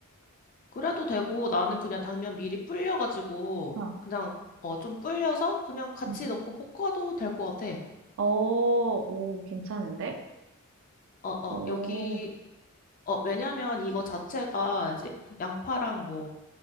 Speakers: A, on the left; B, on the right.
A: 그래도 되고 나는 그냥 당면 미리 불려가지고
B: 어,
A: 그냥 어 좀 불려서 그냥 같이
B: 응,
A: 넣고 볶아도 될 것 같아.
B: 어, 오, 괜찮은데?
A: 어 어
B: 오,
A: 여기 어 왜냐면 이거 자체가 이제 양파랑 뭐